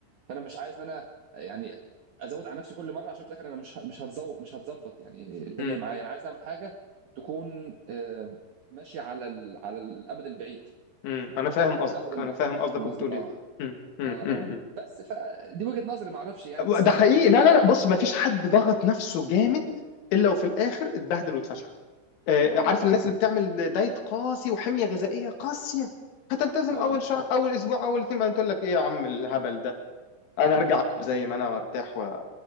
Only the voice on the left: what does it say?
مم.
مم. انا فاهم قصدك
انا فاهم قصدك وبتقول
ايه مم. مم.
مم.
ده
حقيقي لا
لا لا بص ما فيش حد ضغط نفسه جامد الا وفي الاخر اتبهدل واتفشخ آه،
عارف الناس اللي بتعمل دايت قاسي وحميه غذائيه قاسيه هتلتزم
اول شهر اول اسبوع اول اتنين بعدين تقول لك ايه يا عم الهبل ده انا
هرجع اكل زي ما انا وارتاح و...